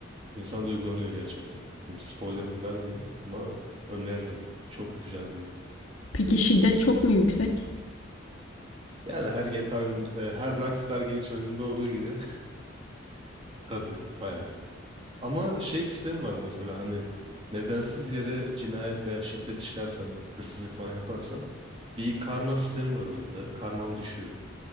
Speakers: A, on the right (about 30°); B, on the left (about 85°).
A: insan duygulanıyor gerçekten. Şimdi spoiler vermeyeyim ama öneririm. Çok güzel bu oyun.
B: Peki şiddet çok mu yüksek?
A: Yani her GTA oyun, e, her Rockstar Games oyununda olduğu gibi <laughs> tabii bayağı. Ama şey sistemi var mesela hani nedensiz yere cinayet veya şiddet işlersen, hırsızlık falan yaparsan bir karma sistemi var oyunda. Karman düşüyor